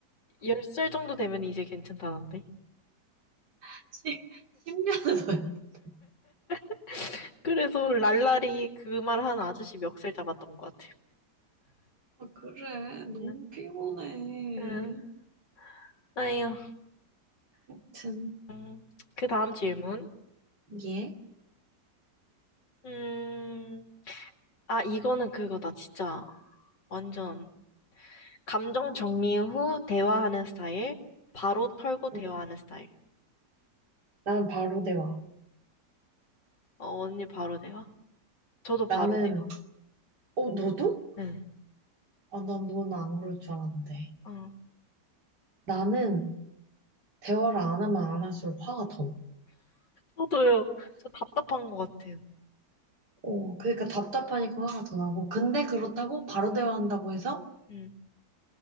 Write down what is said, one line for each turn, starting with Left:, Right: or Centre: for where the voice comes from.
Left: 열 살 정도 되면 이제 괜찮다던데?
Right: <laughs> 십, 십 년을 더야 해 돼.
Left: <laughs> 그래서 랄랄이 그 말한 아저씨 멱살 잡았던 것
Right: 아, 그래. 너무
Left: 같아요.
Right: 피곤해.
Left: 음, 아유.
Right: 아무튼,
Left: 음, 그 다음 질문.
Right: 예.
Left: 음, 아, 이거는 그거다, 진짜. 완전. 감정 정리 후 대화하는 스타일. 바로 털고 대화하는
Right: 응,
Left: 스타일.
Right: 난 바로 대화.
Left: 어, 언니 바로 대화? 저도 바로
Right: 나는,
Left: 대화.
Right: 어, 너도?
Left: 응.
Right: 아, 난 너는 안 그럴 줄 알았는데.
Left: 어,
Right: 나는 대화를 안 하면 안 할수록 화가 더 나.
Left: 저도요. 저 답답한 것 같아요.
Right: 어, 그러니까 답답하니까 화가 더 나고. 근데 그렇다고 바로 대화한다고 해서
Left: 음,